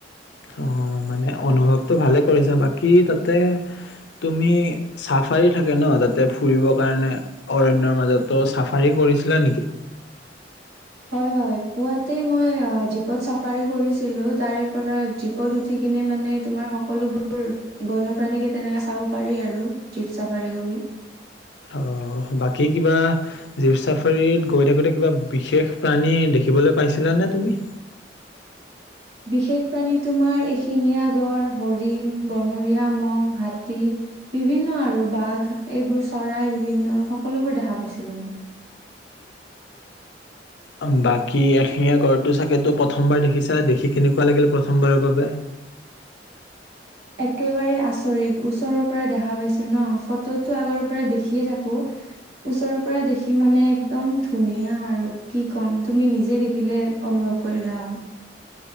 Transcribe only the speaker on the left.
অ মানে অনুভৱটো ভালে কৰিছা বাকী তাতে তুমি চাফাৰী থাকে ন তাতে ফুৰিব কাৰণে অৰণ্যৰ মাজতো চাফাৰী কৰিছিলা নেকি?
অহ বাকী কিবা জীপ চাফাৰীত গৈ থাকোতে কিবা বিশেষ প্ৰাণী দেখিবলৈ পাইছিলা নে তুমি?
অম বাকী এশিঙীয়া গড়টো চাগেতো প্ৰথমবাৰ দেখিছা, দেখি কেনেকুৱা লাগিল প্ৰথমবাৰৰ বাবে?